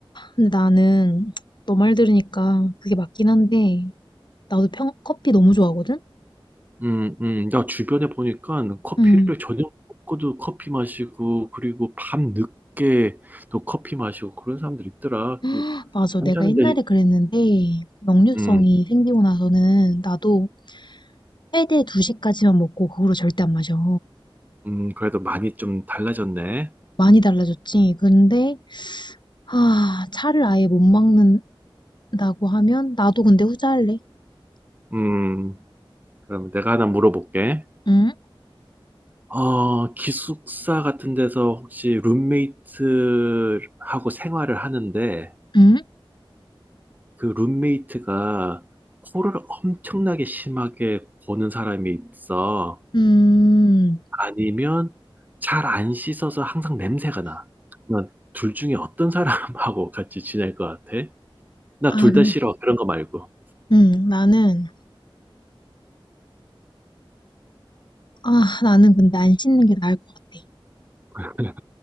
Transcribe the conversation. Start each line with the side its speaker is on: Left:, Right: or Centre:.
Left: 근데 나는 너 말 들으니까 그게 맞긴 한데, 나도 평, 커피 너무 좋아하거든?
Right: 음, 음, 나 주변에 보니까 커피를
Left: 응.
Right: 저녁 먹고도 커피 마시고 그리고 밤 늦게 또 커피 마시고 그런 사람들 있더라.
Left: <gasps> 맞아.
Right: 괜찮은데,
Left: 내가 옛날에 그랬는데, 역류성이
Right: 음,
Left: 생기고 나서는 나도 최대 2시까지만 먹고 그 후로 절대 안 마셔.
Right: 음, 그래도 많이 좀 달라졌네.
Left: 많이 달라졌지. 근데 아, 차를 아예 못 먹는다고 하면 나도 근데 후자할래.
Right: 음, 그럼 내가 하나 물어볼게.
Left: 응?
Right: 어, 기숙사 같은 데서 혹시 룸메이트하고 생활을 하는데
Left: 응?
Right: 그 룸메이트가 코를 엄청나게 심하게 고는 사람이 있어.
Left: 음.
Right: 아니면 잘 안 씻어서 항상 냄새가 나. 그러면 둘 중에 어떤 사람하고 <laughs> 같이 지낼 것 같아? 나
Left: 아,
Right: 둘
Left: 근
Right: 다 싫어. 그런 거 말고.
Left: 음, 나는 아, 나는 근데 안 씻는 게 나을 것 같아.
Right: <laughs>